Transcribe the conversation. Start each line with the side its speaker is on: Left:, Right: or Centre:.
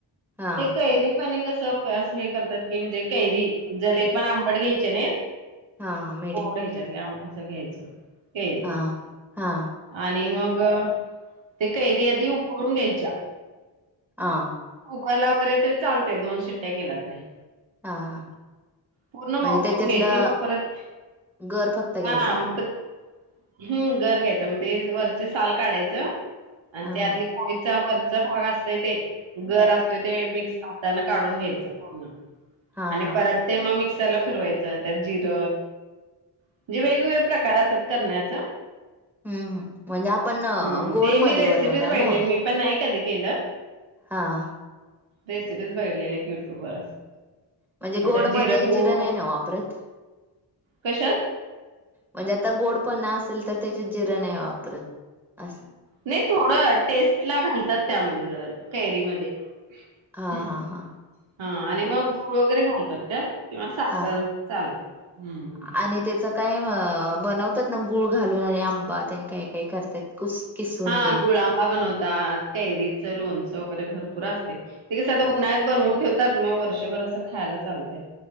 Centre: हा
Right: ते कैरी पन्हे कस असं हे करतात की म्हणजे कैरी लय पण आंबट घ्यायचे नाही.
Centre: हा मिडी
Right: यम घ्यायच्यात लांब असं घ्यायचं. कैरी
Centre: हा हा.
Right: आणि मग ते कैरी आधी उकळून घ्यायच्या.
Centre: हा.
Right: कुकरला वगैरे तरी चालतय दोन शिट्ट्या केल्या तरी
Centre: हा हा
Right: पूर्ण
Centre: म्हणजे
Right: मऊ करून
Centre: त्याच्यातलं
Right: घ्यायची मग परत
Centre: गर फक्त घ्यायचा
Right: हा मग हम्म गर घ्यायचा मग ते वरचे साल काढायचं. आणि
Centre: हा
Right: त्यातली
Centre: हा
Right: कोयचा वरचा भाग असतय ते गर असतो ते मिक्स हातानें काढून घ्यायचं. पूर्ण
Centre: हा
Right: आणि
Centre: हा
Right: परत ते मग मिक्सरला फिरवायचं त्यात जिर म्हणजे वेगवेगळे प्रकार असतात करण्याचं
Centre: हम्म म्हणजे आपण
Right: हम्म,
Centre: गोड
Right: ते
Centre: मध्ये
Right: मी रेसिपीच
Centre: बनवणार
Right: बघितलेली
Centre: ना
Right: मी पण नाही कधी केलं.
Centre: हा.
Right: रेसिपीच बघितलेली यु ट्यूब वर
Centre: म्हणजे
Right: मग
Centre: गोड
Right: त्यात जिरं
Centre: मध्ये
Right: पूड
Centre: जिर नाही ना वापरत.
Right: कशात
Centre: म्हणजे आता गोड पणा असेल, तर त्याच्यात जिरं नाही वापरत असं.
Right: नाही थोडं टेस्ट ला घालतात त्यामध्ये जरा, कैरीमध्ये. <inaudible>
Centre: हा हा हा
Right: हा आणि मग गूळ वगैरे घालतात त्यात. किंवा साखर
Centre: हा
Right: चालते. हम्म
Centre: आणि त्याच काय बनवतात ना, गुळ घालून आणि आंबा ते काही काही करतात. कुस किसून
Right: हा
Centre: तेन
Right: गुळा आंबा बनवतात. कैरीचं लोणचं वगैरे भरपूर असते. ते कस आता उन्हाळात बनवून ठेवतात, मग वर्षभर असं खायला चालतंय.